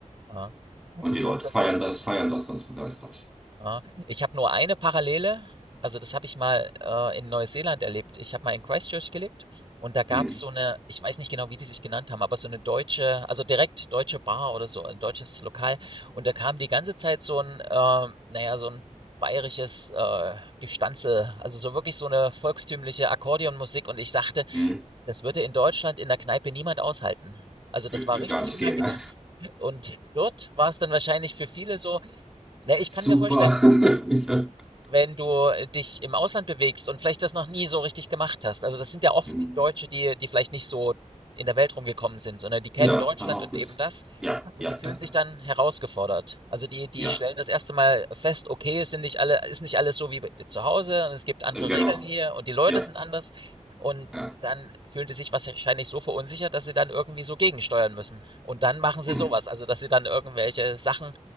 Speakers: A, on the right; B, in the centre.
A: aha.
B: und
A: Ich
B: die Leute
A: habe das
B: feiern das, feiern das ganz begeistert.
A: Ah, ich habe nur eine Parallele. Also, das habe ich mal, äh, in Neuseeland erlebt. Ich habe mal in Christchurch gelebt und da gab
B: Hm,
A: es so eine, ich weiß nicht genau, wie die sich genannt haben, aber so eine deutsche also, direkt deutsche Bar oder so, ein deutsches Lokal. Und da kam die ganze Zeit so ein, ähm na ja, so ein bayerisches, äh, Gestanzel, also, so wirklich so eine volkstümliche Akkordeonmusik und ich dachte,
B: hm,
A: das würde in Deutschland in der Kneipe niemand aushalten. Also, das
B: wird,
A: war
B: wird
A: richtig
B: gar nicht
A: unangenehm.
B: gehen, ne?
A: Und dort war es dann wahrscheinlich für viele so
B: <laughs>
A: ne, ich
B: Super.
A: kann mir vorstellen
B: <laughs>
A: wenn du äh, dich im Ausland bewegst und vielleicht das noch nie so richtig gemacht hast. Also das sind ja oft
B: Hm.
A: Deutsche, die, die vielleicht nicht so in der Welt rumgekommen sind, sondern die kennen
B: Ja,
A: Deutschland
B: kann auch
A: und
B: gut.
A: eben das
B: Ja,
A: und
B: ja,
A: die fühlen
B: ja,
A: sich
B: ja,
A: dann herausgefordert. Also die, die
B: ja,
A: stellen das erste Mal fest, okay, es sind nicht alle, ist nicht alles so wie bei- zu Hause und es gibt andere
B: äh, genau.
A: Regeln hier und die Leute
B: Ja.
A: sind anders und
B: Ja.
A: dann fühlen die sich wahrscheinlich so verunsichert, dass sie dann irgendwie so gegensteuern müssen. Und dann machen sie
B: Hm.
A: sowas, also dass sie dann irgendwelche Sachen